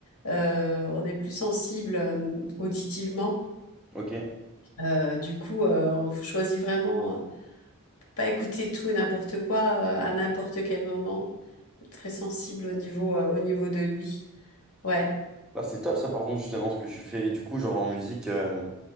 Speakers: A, on the left; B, in the centre.
A: euh, on est plus sensible euh, auditivement.
B: ok.
A: Euh, du coup, euh, on choisit vraiment euh, pas écouter tout et n'importe quoi euh, à n'importe quel moment. Très sensible au niveau, euh, au niveau de lui. Ouais.
B: Bah, c'est top ça, par contre, justement, ce que tu fais. Et du coup, genre en musique. euh,